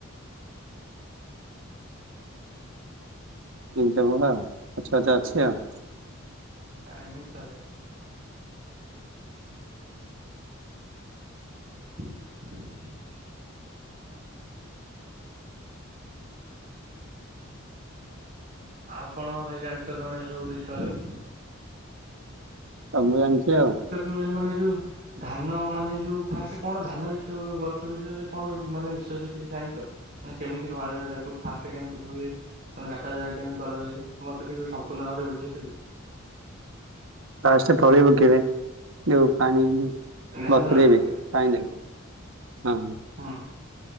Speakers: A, on the right (about 65°); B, on the right (about 45°).
A: ତିନିଶ <unintelligible> ପଛଆତ ଅଛି ଆଉ
B: ଆଚ୍ଛା ଏମିତି ତାହେଲେ <inaudible> ଆଉ କଣ ଭାଇ ଜାଣିଚ ତମେ ଏ ସବୁ ବିଷୟରେ
A: ଆ ମୁଁ ଜାଣିଚି ଆଉ
B: <unintelligible> ମାନେ ଯୋଉ ଧାନ ମାନେ ଯୋଉ ଫାଷ୍ଟ କଣ ଧାନ ବିଷୟ ଗଛ ବିଷୟରେ କଣ ମାନେ ବିଶେଷ କିଛି ଜାଣିଛ? ଆଃ କେମିତି ଘରାରେ ତାକୁ ଫାଷ୍ଟ କେମିତି ହୁଏ। <unintelligible> କାଟାଯାଏ କେମିତି କରାଯାଏ ମତେ ଟିକେ ସମ୍ପୂର୍ଣ୍ଣ ଭାବରେ ବୁଝେଇ ପାରିବେ।
A: ଫାଷ୍ଟେ ତଳି ପକେଇବେ ଯୋଉ ପାଣି
B: ଧାନ
A: ବତୁରେଇବେ
B: ରଖୁଆଟେ
A: ପାଣି ଦେବେ ହଁ
B: ହ